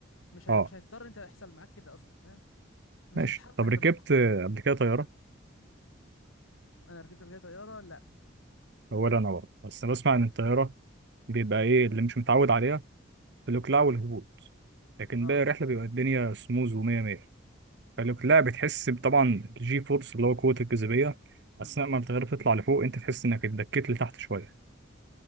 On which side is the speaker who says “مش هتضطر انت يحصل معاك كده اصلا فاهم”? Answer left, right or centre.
Left